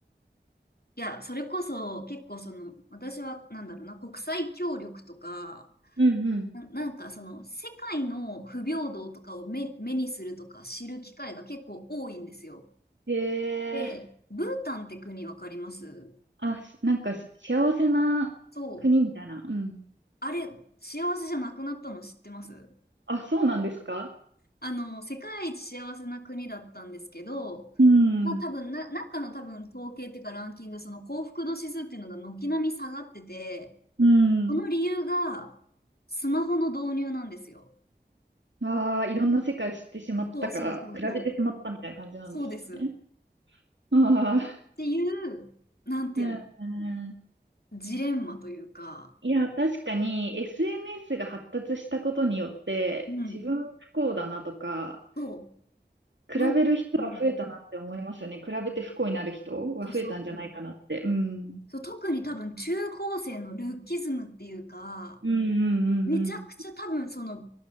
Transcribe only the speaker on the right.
うんうん。
へえ。
あ、しなんかし幸せな国みたいな。
うん。
あ、そうなんですか
うん。
うん。
ああいろんな世界を知ってしまったから、
比べてしまったみたいな感じなんですね。
ああ、
うん。うん
いや、確かに SNS が発達したことによって、
自分不幸だなとか、
比べる人は増えたなって思いますよね。
比べて不幸になる人は増えたんじゃないかなって。
うん。
うんうんうんうん。